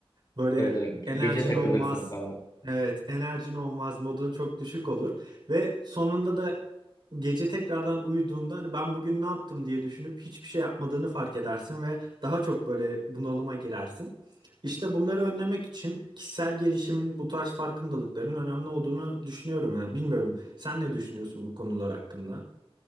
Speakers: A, on the right (about 55°); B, on the left (about 40°).
A: Böyle
B: Evet, o ge-
A: enerjin
B: gece takılırsın
A: olmaz.
B: falan.
A: Evet, enerjin olmaz, modun çok düşük olur ve sonunda da gece tekrardan uyuduğunda hani ben bugün ne yaptım diye düşünüp hiçbir şey yapmadığını fark edersin ve daha çok böyle bunalıma girersin. İşte bunları önlemek için kişisel gelişimin bu tarz farkındalıkların önemli olduğunu düşünüyorum yani. Bilmiyorum. Sen ne düşünüyorsun bu konular hakkında?